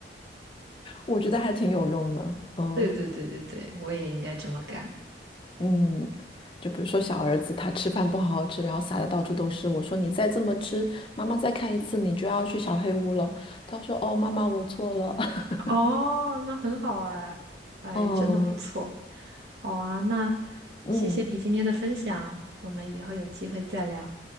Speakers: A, on the left (about 30°); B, on the right (about 65°).
A: 我觉得还挺有用的。嗯
B: 对对对对对，我也应该这么干。
A: 嗯，就比如说小儿子他吃饭不好好吃，然后撒的到处都是，我说你再这么吃，妈妈再看一次你就要去小黑屋了。他说哦，妈妈我错了。<laughs>
B: 哦，那很好哎，哎，
A: 嗯
B: 真的不错。好啊，那
A: 嗯，
B: 谢谢你今天的分享，我们以后有机会再聊。